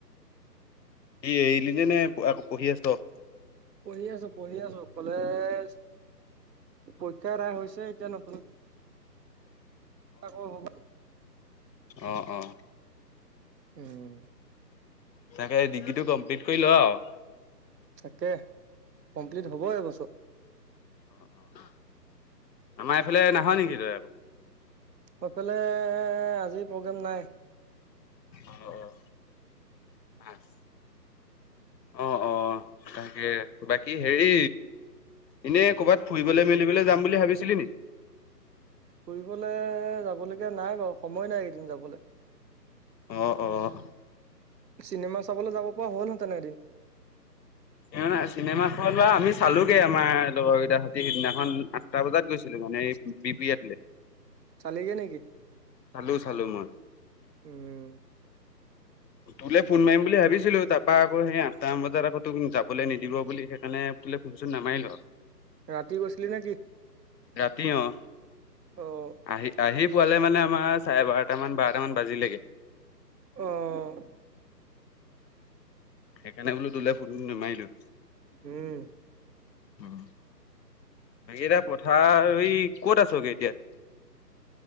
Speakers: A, on the left; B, on the right.
A: কি এৰি এনেই নে আক পঢ়ি আছ
B: পঢ়ি আছো পঢ়ি আছো কলেজ পৰীক্ষা এদাই হৈছে এতিয়া নতুন আকৌ হ'ব
A: অহ অঁহ
B: উম
A: তাকে ডিগ্ৰীটো কমপ্লিট কৰি ল আও।
B: তাকে কমপ্লিট হব এইবছৰ
A: অহ আমাৰ এইফালে নাআহ নেকি তই আকৌ
B: সেইফালে আজি প্ৰগ্ৰেম নাই।
A: অহ আচ অহ অহ তাকে বাকী হেৰি এনেই কৰ'বাত ফুৰিবলৈ মেলিবলৈ যাম বুলি ভাবিছিলি নি?
B: ফুৰিবলে যাবলগীয়া নাই বাৰু সময় নাই এদিন যাবলে।
A: অ', অ'।
B: চিনেমা চাবলৈ যাব পৰা হ'ল হেঁতেনে এদিন।
A: কিয়না চিনেমা খন বা আমি চালোগে আমাৰ লগৰ কেইটাৰ ৰাতি সিদিনাখন আঠটা বজাত গৈছিলো। মানে বি পি আতলে
B: চালিগে নেকি
A: চালো চালো মই।
B: উম
A: তোলে ফোন মাৰিম বুলি ভাবিছিলো তাৰপা আকৌ সেই আঠটামান বজাত আকৌ তোক যাবলৈ নিদিব বুলি সেইকাৰণে তোলে ফোনচোন নামাৰিলো
B: ৰাতি গৈছিলি নেকি
A: ৰাতি অহ
B: অ
A: আহি আহি পোৱালে মানে আমাৰ চাৰে বাৰটা মান বাৰটা মান বাজিলে গে
B: অহ
A: সেইকাৰণে বোলো তোলে ফোন নামাৰিলো
B: উম
A: উম বাকী এতিয়া পথাৰ ৰোই ক'ত আছগে এতিয়া